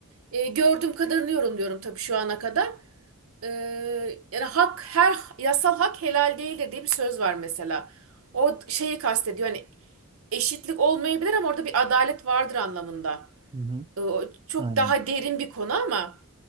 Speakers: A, on the right; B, on the right.
A: e, gördüğüm kadarını yorumluyorum tabii şu ana kadar. Ee, yani hak her yasal hak helal değildir diye bir söz var mesela. O şeyi kastediyor hani eşitlik olmayabilir ama orada bir adalet vardır anlamında.
B: Hı hı.
A: Ee, o çok
B: Aynen.
A: daha derin bir konu ama